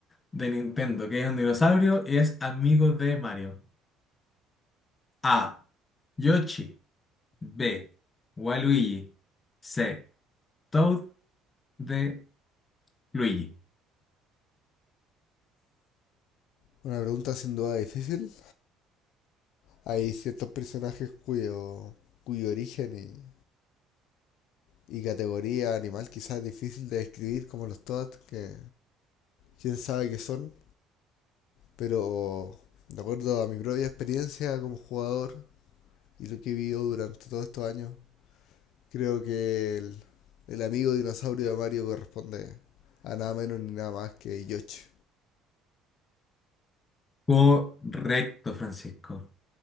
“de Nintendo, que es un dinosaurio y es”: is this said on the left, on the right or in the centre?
Left